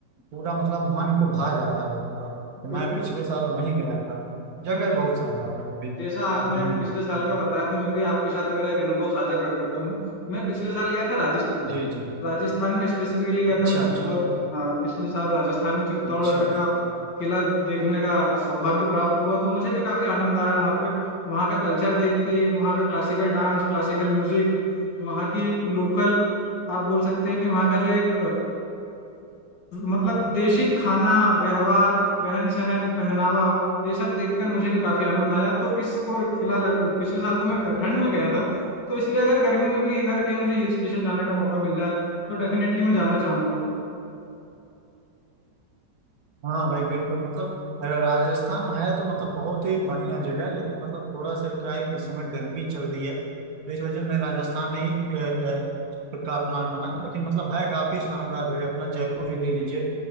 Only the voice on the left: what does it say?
बिल्कुल
हाँ बिल्कुल
जैसा आपने
अभी पिछले साल का बताया तो मैं भी आपके साथ मेरा एक अनुभव साझा कर देता हूँ मैं पिछले साल गया था राजस्थान
राजस्थान में स्पेसिफिकली गया
था मैं चित्तौड़
हाँ पिछले साल राजस्थान में चित्तौड़गढ़
का किला देखने का सौभाग्य प्राप्त हुआ तो मुझे भी काफी आनंद आया वहाँ पे वहाँ का कल्चर देख के वहाँ का क्लासिकल डांस क्लासिकल म्यूजिक वहाँ की लोकल आप बोल सकते हैं कि वहाँ का जो एक मतलब देशी खाना व्यवहार रहन सहन पहनावा ये सब देखकर मुझे भी काफी आनंद आया तो इस और फिलहाल अब- पिछले साल तो मैं ठंड में गया था तो इसलिए अगर गर्मियों में भी अगर कहीं मुझे हिल स्टेशन जाने का मौका मिल जाए तो डेफिनेटली मैं जाना चाहूंगा